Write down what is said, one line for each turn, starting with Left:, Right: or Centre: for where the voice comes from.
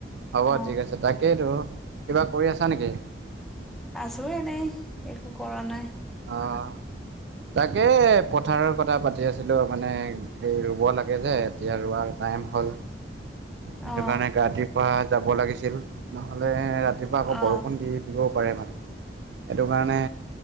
Right: হ'ব
Centre: অ
Right: ঠিক আছে, তাকেইতো, কিবা কৰি আছা নেকি?
Centre: আছোঁ এনেই, একো কৰা নাই।
Right: অঁ, তাকে পথাৰত কথা পাতি আছিলোঁ মানে, এই ৰুব লাগে যে এতিয়া ৰোৱাৰ টাইম হ'ল। সেইটো
Centre: অ
Right: কাৰণে ৰাাতিপুৱা যাব লাগিছিল, নহলে ৰাতিপুৱা আকৌ
Centre: অ
Right: বৰষুণ দি দিবও পাৰে মানে, সেইটো কাৰণে